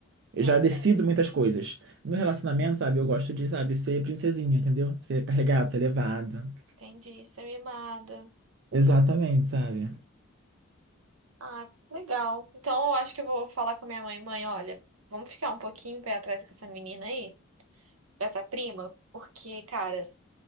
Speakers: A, on the right (about 60°); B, on the right (about 85°).
A: Eu
B: Entendi.
A: já decido muitas coisas. No relacionamento, sabe, eu gosto de, sabe, ser princesinha, entendeu? Ser carregado, ser levado.
B: Entendi, você é mimado.
A: Exatamente, sabe?
B: Ah, legal. Então eu acho que eu vou falar com a minha mãe. Mãe, olha, vamos ficar um pouquinho pé atrás com essa menina aí, com essa prima, porque, cara,